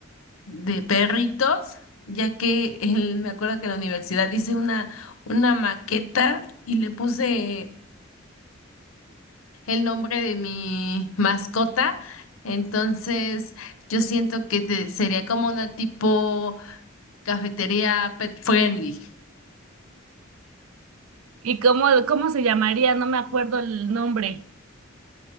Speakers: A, on the left (about 80°); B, on the right (about 85°).
A: de perritos, ya que el- me acuerdo que en la universidad hice una, una maqueta y le puse el nombre de mi mascota. Entonces, yo siento que te- sería como una tipo cafetería pet friendly,
B: y cómo, cómo se llamaría, no me acuerdo el nombre.